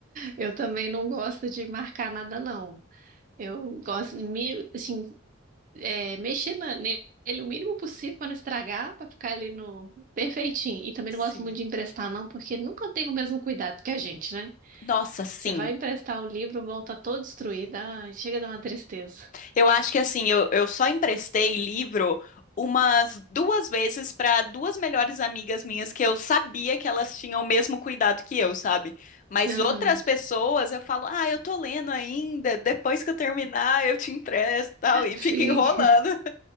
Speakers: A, on the right; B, on the left.
A: Eu também não gosto de marcar nada, não. Eu gosto de me, assim, é, mexer na- nele o mínimo possível para não estragar, para ficar ali no perfeitinho. E também
B: Sim.
A: não gosto muito de emprestar, não, porque nunca tem o mesmo cuidado que a gente, né?
B: Nossa, sim.
A: Você vai emprestar o livro, volta todo destruído. Ai, chega a dar uma tristeza.
B: Eu acho que assim, eu, eu só emprestei livro umas duas vezes para duas melhores amigas minhas que eu sabia que elas tinham o mesmo cuidado que eu, sabe? Mas
A: Aham.
B: outras pessoas eu falo, ah, eu tô lendo ainda, depois que eu terminar eu te empresto, tal, e
A: Sim,
B: fica enrolando.